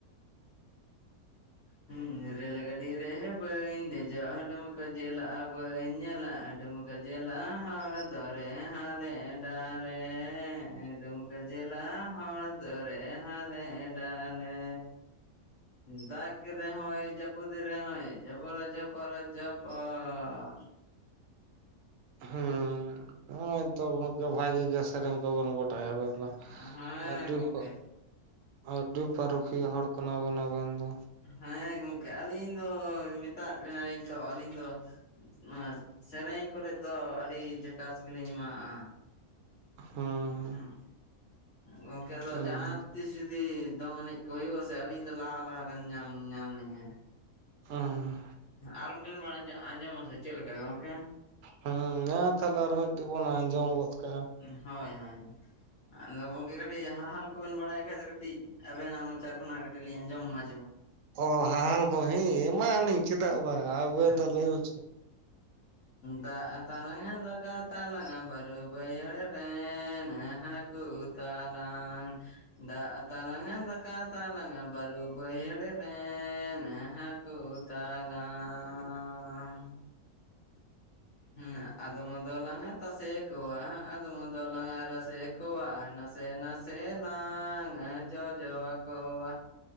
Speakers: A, on the left; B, on the right.
A: ᱦᱩᱸ ᱨᱮᱞ ᱜᱟᱰᱤ ᱨᱮᱻ ᱵᱟᱹᱧᱻ ᱫᱮᱡᱚᱜ ᱰᱩᱢᱠᱟᱹ ᱡᱮᱞᱟᱻ ᱵᱟᱹᱧᱻ ᱧᱮᱞᱟ ᱫᱩᱢᱠᱟᱹ ᱡᱮᱞᱟᱻ ᱦᱚᱲ ᱫᱚᱨᱮᱻ ᱦᱟᱞᱮ ᱰᱟᱞᱮᱻ ᱰᱩᱢᱠᱟᱹ ᱡᱮᱞᱟᱻ ᱦᱚᱲ ᱫᱚᱨᱮᱻ ᱦᱟᱞᱮ ᱰᱟᱞᱮᱻ ᱫᱟᱜ ᱨᱮᱦᱚᱸᱭ ᱡᱟᱹᱯᱩᱫ ᱨᱮᱦᱚᱸᱭ ᱡᱷᱚᱯᱚᱨ ᱡᱷᱚᱯᱚᱨ ᱡᱷᱚᱯᱚᱨᱻ
B: ᱦᱩᱸ ᱦᱳᱭ ᱛᱚ ᱜᱚᱝᱠᱮ ᱵᱷᱟᱜᱤ ᱜᱮ ᱥᱮᱨᱮᱧ ᱠᱚ ᱵᱤᱱ ᱵᱟᱰ ᱵᱟᱲᱟᱭᱟ ᱟᱵᱚ ᱫᱚ
A: ᱦᱮᱸ
B: ᱟᱹᱛᱩ
A: ᱜᱚᱝᱠᱮ
B: ᱯᱚ ᱟᱹᱛᱩ ᱯᱚᱨᱚᱵᱽ ᱠᱩᱴᱷᱤᱭᱟᱹ ᱦᱚᱲ ᱠᱟᱱᱟ ᱵᱤᱱ ᱟᱵᱮᱱ ᱫᱚ
A: ᱦᱮᱸ ᱜᱚᱢᱠᱮ ᱟᱹᱞᱤᱧ ᱫᱚ ᱢᱮᱛᱟᱫ ᱵᱮᱱᱟᱞᱤᱧ ᱛᱚ ᱟᱹᱞᱤᱧ ᱫᱚ ᱱᱚᱣᱟ ᱥᱮᱨᱮᱧ ᱠᱚᱨᱮᱫ ᱫᱚ ᱟᱹᱰᱤ ᱡᱟᱠᱟᱥ ᱜᱮᱞᱤᱧ ᱮᱢᱟᱣᱟᱜᱼᱟ᱾
B: ᱦᱩᱸ
A: ᱦᱩᱸᱦᱩᱸ ᱜᱚᱢᱠᱮ ᱟᱫᱚ
B: ᱦᱩᱸ
A: ᱡᱟᱦᱟᱸ ᱛᱤᱥ ᱡᱩᱫᱤ ᱫᱚᱝ ᱮᱱᱮᱡ ᱠᱚ ᱦᱩᱭᱩᱜᱼᱟᱥᱮ ᱟᱹᱞᱤᱧ ᱫᱚ ᱞᱟᱦᱟ ᱞᱟᱦᱟ ᱨᱮᱢ ᱧᱟᱢ ᱧᱟᱢ ᱞᱤᱧᱟ᱾
B: ᱦᱩᱸ
A: ᱟᱨ ᱢᱤᱫᱴᱮᱱ ᱵᱮᱱ ᱟᱸᱡᱚᱢ ᱟᱸᱡᱚᱢ ᱟᱥᱮ ᱪᱮᱫ ᱞᱮᱠᱟ ᱜᱚᱝᱠᱮ?
B: ᱦᱮᱸ ᱢᱟ ᱛᱟᱦᱚᱞᱮ ᱟᱨ ᱢᱤᱫᱴᱤᱡ ᱵᱚᱱ ᱟᱸᱡᱚᱢ ᱜᱚᱫ ᱠᱟᱜ-ᱟ᱾
A: ᱦᱳᱭ ᱦᱳᱭ᱾ ᱟᱫᱚ ᱜᱚᱝᱠᱮ ᱠᱟᱹᱴᱤᱡ ᱦᱟᱦᱟᱞ ᱠᱚᱵᱮᱱ ᱵᱟᱲᱟᱭ ᱠᱷᱟᱡ ᱫᱚ ᱠᱟᱹᱴᱤᱡ ᱟᱵᱮᱱᱟᱜ ᱢᱚᱪᱟ ᱠᱷᱚᱱᱟᱜ ᱠᱟᱹᱴᱤᱡ ᱞᱤᱧ ᱟᱸᱡᱚᱢ ᱢᱟ᱾
B: ᱚ ᱦᱟᱦᱟᱞ ᱠᱩᱦᱤ ᱮᱢᱟᱜᱼᱟᱞᱤᱧ ᱪᱮᱫᱟᱜ ᱵᱟᱝ ᱟᱵᱮᱱ ᱫᱚ
A: <inaudible>
B: ᱞᱟᱹᱭ <unintelligible>
A: ᱫᱟᱜ ᱛᱟᱞᱟᱝ ᱫᱟᱠᱟ ᱛᱟᱞᱟᱝ ᱵᱟᱨᱩ ᱵᱟᱹᱭᱦᱟᱹᱲ ᱨᱮᱱ ᱦᱟᱹᱠᱳ ᱛᱟᱞᱟᱝ ᱫᱟᱜ ᱛᱟᱞᱟᱝ ᱫᱟᱠᱟ ᱛᱟᱞᱟᱝ ᱵᱟᱨᱩ ᱵᱟᱹᱭᱦᱟᱹᱲ ᱨᱮᱱ ᱦᱟᱹᱠᱳ ᱦᱟᱠᱳ ᱛᱟᱞᱟᱝ᱾ ᱦᱮᱸ ᱟᱫᱚᱢ ᱫᱚᱞᱟᱝ ᱛᱟᱥᱮ ᱠᱚᱣᱟ ᱟᱫᱚᱢ ᱫᱚᱞᱟᱝ ᱨᱟᱥᱮ ᱠᱚᱣᱟ ᱱᱟᱥᱮ ᱱᱟᱥᱮ ᱞᱟᱝ ᱡᱚᱡᱚ ᱟᱠᱚᱣᱟ